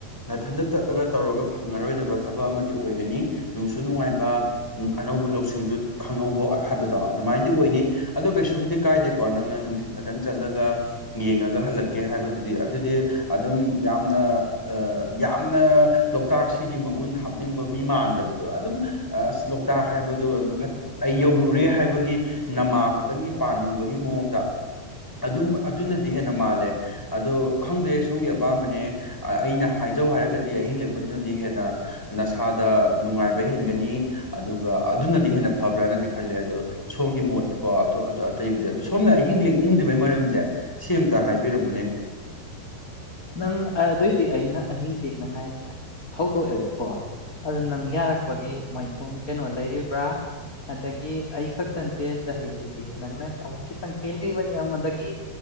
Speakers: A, in the centre; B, on the left.
A: ꯅꯥꯊꯟꯇ ꯆꯠꯂꯒ ꯇꯧꯔꯒ ꯐꯪꯉꯔꯣꯏꯗꯕ ꯊꯕꯛ ꯑꯃꯗꯤ ꯑꯣꯏꯒꯅꯤ ꯅꯨꯡꯁꯨ ꯅꯨꯡꯉꯥꯏꯕ ꯑꯅꯧꯕ ꯂꯧꯁꯤꯡꯁꯨ ꯈꯪꯍꯧꯕ ꯍꯥꯏꯕꯗꯣ ꯑꯗꯨꯃꯥꯏꯅꯗꯤ ꯑꯣꯏꯅꯤ ꯑꯗꯣ ꯀꯩꯁꯨꯕꯨꯗꯤ ꯀꯥꯏꯗꯦꯀꯣ ꯅꯪꯅ ꯅꯨꯡꯊꯤꯟꯜ ꯈꯛꯇꯪ ꯆꯠꯂꯒ ꯌꯦꯡꯉꯒ ꯍꯜꯂꯛꯒꯦ ꯀꯦ ꯍꯥꯏꯕꯗꯨꯗꯤ ꯑꯗꯨꯗꯤ ꯑꯗꯨꯝ ꯌꯥꯝꯅ ꯌꯥꯝꯅ ꯂꯣꯛꯇꯥꯛꯁꯤꯒꯤ ꯃꯒꯨꯟ ꯍꯥꯞꯅꯤꯡꯕ ꯃꯤ ꯃꯥꯟꯗꯕꯗꯣ ꯑꯗꯨꯝ ꯑꯁ ꯂꯣꯛꯇꯥꯛ ꯍꯥꯏꯕꯗꯣ ꯑꯗꯨꯝ ꯑꯩ ꯌꯧꯔꯨꯔꯦ ꯍꯥꯏꯕꯒꯤ ꯅꯃꯥ ꯈꯛꯇꯪꯒꯤ ꯄꯥꯅꯤꯡꯕꯒꯤ ꯃꯑꯣꯡꯗ ꯑꯗꯨꯝ ꯑꯗꯨꯅꯗꯤ ꯍꯦꯟꯅ ꯃꯥꯜꯂꯦ ꯑꯗꯣ ꯈꯪꯗꯦ ꯁꯣꯝꯒꯤ ꯑꯄꯥꯝꯕꯅꯦ ꯑꯩꯅ ꯍꯥꯏꯖꯧ ꯍꯥꯏꯔꯒꯗꯤ ꯑꯍꯤꯡ ꯂꯦꯛꯄꯗꯨꯅꯗꯤ ꯍꯦꯟꯅ ꯅꯁꯥꯗ ꯅꯨꯡꯉꯥꯏꯕ ꯍꯦꯟꯒꯅꯤ ꯑꯗꯨꯒ ꯑꯗꯨꯅꯗꯤ ꯍꯦꯟꯅ ꯐꯕ꯭ꯔꯅꯗꯤ ꯈꯜꯂꯦ ꯑꯗꯣ ꯁꯣꯝꯒꯤ ꯃꯣꯠꯅꯤꯀꯣ ꯑꯇꯩꯕꯨꯗꯤ ꯑꯣ ꯁꯣꯝꯅ ꯑꯍꯤꯡ ꯂꯦꯛꯅꯤꯡꯗ꯭ꯔꯤꯕꯩ ꯃꯔꯝꯁꯦ ꯁꯤꯇ ꯍꯥꯏꯕꯤꯔꯝꯃ ꯅꯦ
B: ꯅꯪ ꯑꯗꯨꯏꯗꯤ ꯑꯩꯅ ꯑꯍꯤꯡ ꯂꯦꯛꯅꯉꯥꯏꯁꯦ ꯍꯧꯗꯣꯛꯑꯦꯕꯀꯣ ꯑꯗꯨ ꯅꯪ ꯌꯥꯔꯛꯄꯒꯤ ꯃꯥꯏꯊꯣꯡ ꯀꯩꯅꯣ ꯂꯩꯔꯤꯕ꯭ꯔꯥ ꯑꯗꯒꯤ ꯑꯩ ꯈꯛꯇ ꯅꯠꯇꯦ ꯆꯍꯤꯗꯨꯗꯤ ꯅꯪꯅ ꯑꯃꯨꯛ ꯈꯤꯇꯪ ꯍꯦꯜꯂꯤꯕꯅꯤ ꯑꯩꯉꯣꯟꯗꯒꯤ